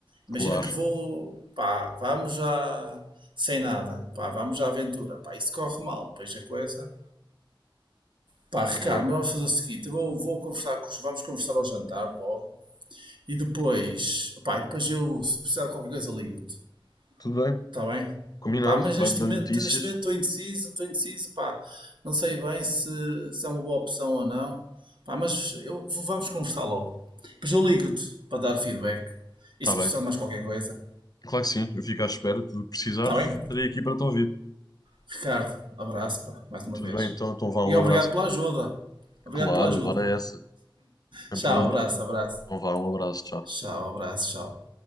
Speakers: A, on the right; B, on the left.
A: Imagina
B: claro,
A: que vou, pá, vamos já sem nada, pá, vamos à aventura, pá, isso corre mal, pois a coisa. Pá, Ricardo,
B: claro.
A: mas vamos fazer o seguinte, eu vou, vou conversar com os, vamos conversar ao jantar logo, e depois, pá, e depois eu, se precisar de qualquer coisa, ligo-te.
B: Tudo bem,
A: Está bem?
B: combinado.
A: Pá, mas
B: Vai-me
A: neste
B: dando
A: momento,
B: notícias.
A: neste momento estou indeciso, estou indeciso, pá, não sei bem se, se é uma boa opção ou não. Pá, mas eu, vamos conversar logo. Depois eu ligo-te para dar feedback. E
B: Está
A: se precisar
B: bem,
A: de mais qualquer coisa,
B: claro que sim. Eu fico à espera. Tudo o que precisares,
A: está bem?
B: estarei aqui para te ouvir.
A: Ricardo, abraço, pá, mais uma
B: Tudo
A: vez.
B: bem, então, então vá,
A: E
B: um
A: obrigado
B: abraço,
A: pela
B: Pedro.
A: ajuda. Obrigado
B: Claro,
A: pela ajuda.
B: adoro essa.
A: Tchau,
B: Sem problema
A: abraço,
B: nenhum.
A: abraço.
B: Então vá, um abraço, tchau.
A: Tchau, abraço, tchau.